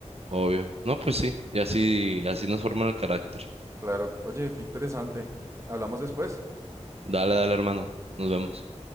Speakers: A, on the right; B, on the right.
A: obvio. No, pues sí, y así, así nos forman el carácter.
B: Claro, oye, qué interesante. Hablamos después.
A: Dale, dale, hermano. Nos vemos.